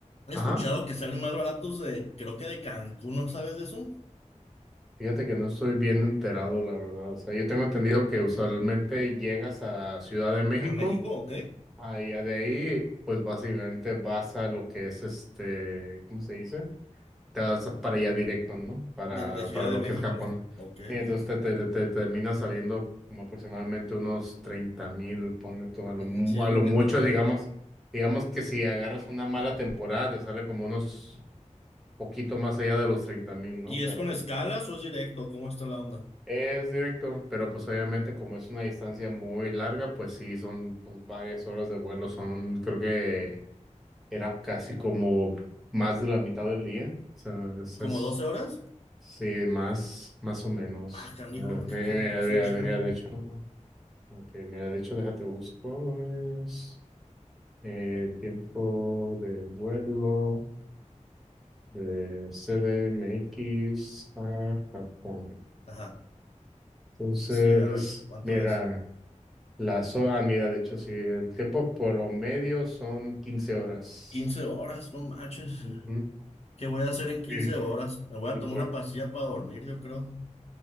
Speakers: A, on the left; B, in the centre.
A: escuchado
B: ajá.
A: que salen más baratos de, creo que de Cancún, ¿no sabes de eso?
B: Fíjate que no estoy bien enterado, la verdad. O sea, yo tengo entendido que usualmente llegas a Ciudad de México,
A: ¿A México o qué?
B: ah, y ya de ahí, pues básicamente vas a lo que es este, ¿cómo se dice? Te vas para allá directo, ¿no? Para,
A: De, de Ciudad
B: para
A: de
B: lo
A: México.
B: que es Japón.
A: Ok,
B: Y entonces
A: ok.
B: te, te, te- termina saliendo como aproximadamente unos treinta mil, ponle tú, a lo,
A: Ujú,
B: mu-
A: Sí, es
B: a lo
A: lo que
B: mucho,
A: tenía.
B: digamos. Digamos que si agarras una mala temporada, te sale como unos poquito más allá de los treinta mil, ¿no?
A: ¿Y
B: Pero
A: es con
B: pues
A: escalas o es directo? ¿Cómo está la onda?
B: Es directo, pero pues obviamente como es una distancia muy larga, pues sí, son pues varias horas de vuelo, son creo que era casi como más de la mitad del día, o sea, es,
A: ¿Como
B: es-
A: doce horas?
B: sí, más, más o menos.
A: Ah, canijo,
B: Mira, mira,
A: qué ca- es
B: mira,
A: un chingo.
B: mira, de hecho, ok, mira, de hecho, déjate busco, es, eh, tiempo de vuelo de CDMX a Japón.
A: Ajá.
B: Entonces,
A: Sí, a ver, ¿cuánto
B: mira.
A: es?
B: Las horas, ah, mira, de hecho, sí, el tiempo promedio son 15 horas.
A: quince horas, no manches.
B: Ujú.
A: ¿Qué voy a hacer en 15
B: Y,
A: horas? Me voy
B: y
A: a tomar
B: por,
A: una pastilla para dormir, yo creo.